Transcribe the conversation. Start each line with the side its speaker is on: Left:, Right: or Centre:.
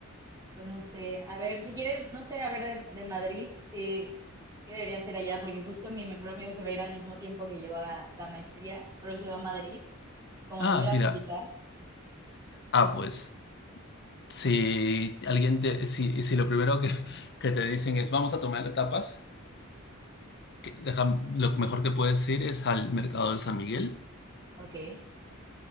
Right: Pues no sé, a ver, si quieres, no sé, a ver de, de Madrid, ¿qué, qué debería hacer allá? Porque justo mi mejor amigo se va a ir al mismo tiempo que yo a la maestría, pero él se va a Madrid y como
Left: Ah,
Right: lo voy a ir a
Left: mira.
Right: visitar,
Left: Ah, pues, si alguien te, si, si lo primero que, que te dicen es vamos a tomar tapas, que deja- lo mejor que puedes ir es al mercado de San Miguel
Right: ok.